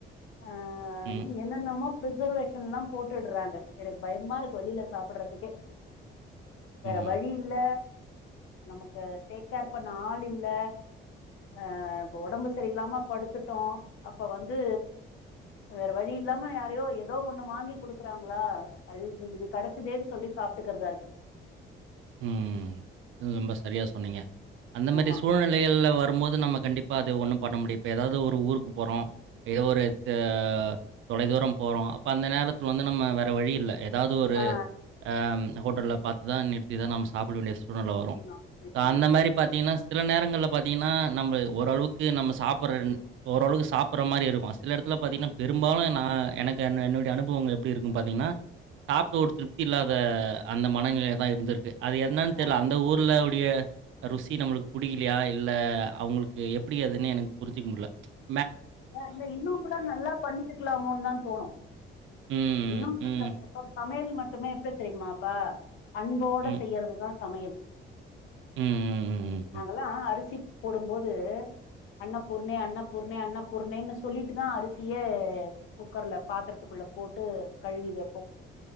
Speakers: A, on the left (about 85°); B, on the right (about 75°).
A: ஆ
B: ம்.
A: இன்னி என்னென்னமோ பிரிசர்வேஷன் எலாம் போட்டுர்றாங்க எனக்கு பயமா இருக்கு வெளில சாப்பிர்றதுக்கே
B: ம்.
A: வேற வழி இல்ல நமக்கு டேக்கேர் பண்ண ஆள் இல்ல ஆ ஒடம்பு சரியில்லாம படுத்துட்டோம் அப்ப வந்து வேற வழி இல்லாம யாரையோ ஏதோ ஒண்ணு வாங்கி கொடுக்கறாங்க உல்லா ஆ இதுக்கு இது கிடைச்சதேன்னு சொல்லி சாப்பிட்டுக்கறதா இருக்கு
B: ம் ரொம்ப செரியா சொன்னீங்க அந்த மாரி
A: ஆமா
B: சூழ்நிலைகள்ல வரும்போது நமக் கண்டிப்பா அது ஒன்னு பண்ண முடியப்ப ஏதாவது ஒரு ஊருக்கு போகறோ ஏதோ ஒரு ஆ தொலை தூரம் போறோ அப்போ அந்த நேரத் துள் வந்து நம்ம வேற வழி இல்ல ஏதாவது ஒரு
A: ஆ
B: ஆம் ஹோட்டல்ல பாத்தது தான் நிறுத் இதா நம் சாப்டவேண்டிய சூ <unintelligible>
A: நிச்சயமா
B: வரோ
A: நிச்சயமா
B: ஆ அந்த மாரி பாத்தீங்கனா சில நேரங்கள்ல பாத்தீங்கனா நம்ம ஓரளவுக்கு நம்ம சாப்பட்றறின் ஓரளவுக்கு சாப்பிட்ற மாரி இருக்கோ சில இடத்துல பாத்தீங்கனா பெரும்பாலு நா எனக்கு என் என்னுடைய அனுபவங்கள் எப்டி இருக்கு பாத்தீங்னா சாப்ட்டு
A: ம்
B: ஒரு திருப்தி இல்லாத வே அந்த மனநிலைலதா இருந்திரு அது என்னன் தெர்ல
A: அதா
B: அந்த ஊர்ல டியே ருசி நம்மளுக்கு புடிக்கிலியா இல்ல அவுங்குளுக்கு எப்டி அதுன்னு எனக் புரிஞ்சுக்க முட்ல ச்ச
A: ல இந்த இன்னு கூட நல்லா பண்ணி இருக்கலாமோன்னுதா தோணோ
B: ம்,
A: இன்னு கொஞ்சோ
B: ம்,
A: எப்ப மேல் மட்டுமே எப்டி தெரியுமாப்பா அன்போட
B: ம்,
A: செய்யறதுதா சமயல்
B: ம், ம், ம்,
A: நாங்கெல்லா அரிசி போடும்போது அண்ண பூர்ணே அண்ண பூர்ணே அண்ண பூர்ணேன்னு சொல்லிட்டுதா அரிசியே குக்கர்ல பாத்திரத்துக்குள்ள போட்டு கழுவி வெப்போ